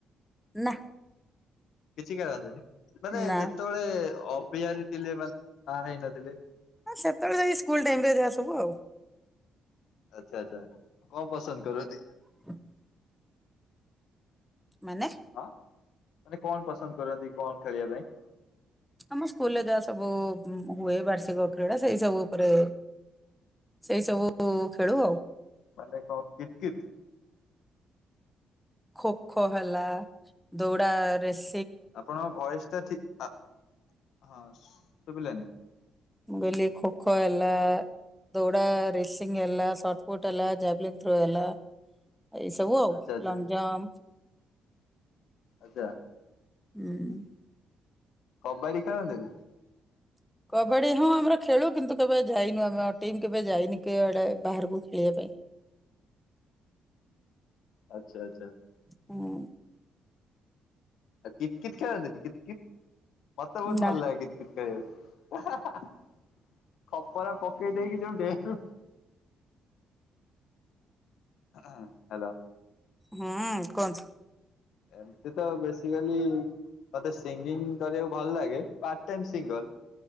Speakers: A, in the centre; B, on the left.
A: ନା
B: କିଛି କରାନ୍ତିନି ମାନେ
A: ନା
B: ଯେତେବେଳେ ଅବିହାରି ବାହା ହେଇନଥିଲେ?
A: ନା ସେତେବେଳେ ଯାଇ ସ୍କୁଲ ଟାଇମ ରେ ଯାହା ସବୁ ଆଉ।
B: ଆଚ୍ଛା ଆଚ୍ଛା କଣ ପସନ୍ଦ କରନ୍ତି?
A: <unintelligible> ମାନେ?
B: ହଁ ମାନେ କଣ ପସନ୍ଦ କରନ୍ତି କଣ ଖେଳିବା ପାଇଁ?
A: ଆମ ସ୍କୁଲରେ ଯାହା ସବୁ ହୁଏ ବାର୍ଷିକ କ୍ରୀଡା ସେଇ ସବୁ ଉପରେ ସେଇ ସବୁ ଖେଳୁ ଆଉ।
B: ମାନେ କ କିତ୍ କିତ୍?
A: ଖୋ ଖୋ ହେଲା ଦୌଡା ରେସ୍
B: ଆପଣଙ୍କ ଭଏସ ଟା ଠିକ୍ ଆ ହଁ ଶୁଭିଲାନି?
A: ମୁଁ କହିଲି ଖୋଖୋ ହେଲା ଦୌଡ଼ା ରେସିଂ ହେଲା, ସାର୍ଟ ଫୋଟ ହେଲା, ଜାାବଲିଂ ଥ୍ରୋ ଏଲା ଏଇ ସବୁ ଆଉ।
B: ଆଚ୍ଛା ଆଚ୍ଛା
A: ଲଙ୍ଗ ଜମ୍ପ
B: ଆଜ୍ଛା
A: ଉଂ
B: କବାଡ଼ି ଖେଳନ୍ତି ନି?
A: କବାଡି ହଁ ଆମର ଖେଳୁ କିନ୍ତୁ କେବେ ଯାଇନୁ ଆମେ ଟିମ୍ କେବେ ଯାଇନି କେଆଡେ ବାହାରକୁ ଖେଳିବା ପାଇଁ।
B: ଆଚ୍ଛା ଆଚ୍ଛା।
A: ହୁଁ
B: ଆଉ କିତ୍ କିତ୍ ଖେଳନ୍ତିନି କିତ୍ କିତ୍ ମତେ ବହୁତ
A: ନା।
B: ଭଲ ଲାଗେ କିତ <unintelligible> ଖପରା ପକେଇ ଦେଇକି ଯୋଉ ଦେ। <unintelligible> ହ ହ୍ୟାଲୋ
A: ହୁଁ କୁହନ୍ତୁ
B: ଏମତି ତ ବେସିକାଲି ମତେ ସିଙ୍ଗିଙ୍ଗ କରିବାକୁ ଭଲ ଲାଗେ ପାର୍ ଟାଇ ସିଙ୍ଗର।